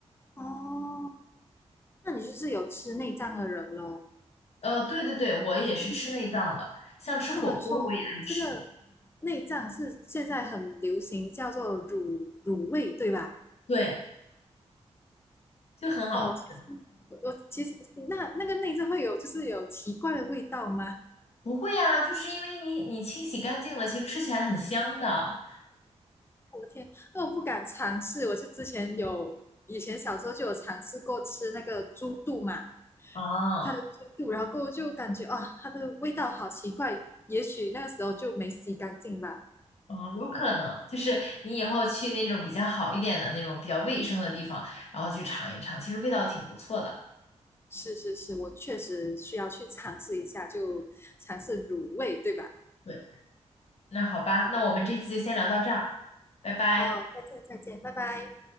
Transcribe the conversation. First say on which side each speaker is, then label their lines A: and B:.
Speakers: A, on the left; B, on the left.
A: 哦，那你就是有吃内脏的人喽？
B: 呃，对对对，我也是吃内脏的，
A: 去吃
B: 像吃火锅我也爱吃，
A: 他们说这个内脏是现在很流行，叫做乳乳味，对吧？
B: 对，就很好吃。
A: 哦，我其实我其实那那个内脏会有就是有奇怪的味道吗？
B: 不会呀、就是因为你你清洗干净了，其实吃起来很香的
A: 我的天，那我不敢尝试。我就之前有以前小时候就有尝试过吃那个猪肚嘛，
B: 啊
A: 它的猪肚，然后过后就感觉啊，它的味道好奇怪。也许那个时候就没洗干净吧。
B: 啊，有可能就是你以后去那种比较好一点的那种比较卫生的地方，然后去尝一尝，其实味道挺不错的。
A: 是是是，我确实需要去尝试一下，就尝试卤味，对吧？
B: 对，那好吧，
A: 好。
B: 那我们这次就先聊到这儿，拜拜。
A: 好，再见，再见，拜拜。